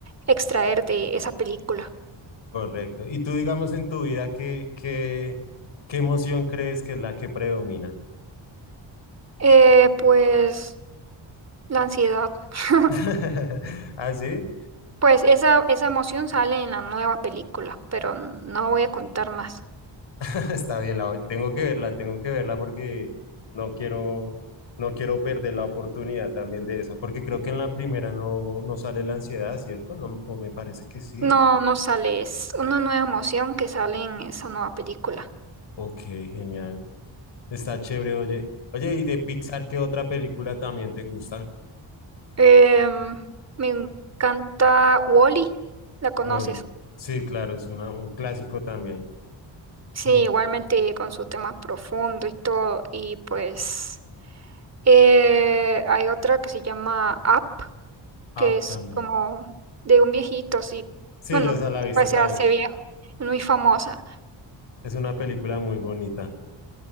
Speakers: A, on the right; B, on the left.
A: extraer de esa película.
B: Correcto. Y tú, digamos, en tu vida, ¿qué, qué, qué emoción crees que es la que predomina?
A: Eh, pues la ansiedad. <laughs>
B: <laughs> ¿Así?
A: Pues esa, esa emoción sale en la nueva película, pero no voy a contar más.
B: <laughs> Está bien, la, tengo que verla, tengo que verla porque no quiero, no quiero perder la oportunidad también de esa, porque creo que en la primera no, no sale la ansiedad, ¿cierto? No, o me parece que sí.
A: No, no sale, es una nueva emoción que sale en esa nueva película.
B: Ok, genial. Está chévere, oye. Oye, ¿y de Pixar qué otra película también te gusta?
A: Em, me encanta Wally, ¿la conoces?
B: Wall-E. Sí, claro, es una, un clásico también.
A: Sí,
B: Mm,
A: igualmente con su tema profundo y todo. Y pues eh, hay otra que se llama Up, que
B: Up
A: es
B: también.
A: como de un viejito, sí.
B: Sí,
A: Bueno,
B: yo esa la he visto
A: pues
B: también.
A: se hace viejo, es muy famosa.
B: Es una película muy bonita.